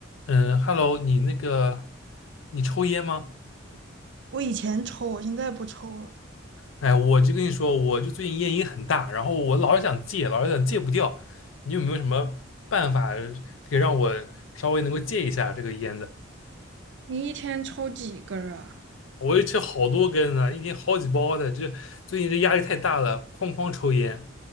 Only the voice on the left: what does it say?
嗯，Hello，你那个，你抽烟吗？
哎，我就跟你说，我就最近烟瘾很大，然后我老是想戒，老是想戒不掉。你有没有什么办法可以让我稍微能够戒一下这个烟的？
我也吃好多根呢，一天好几包的。这最近这压力太大了，哐哐抽烟。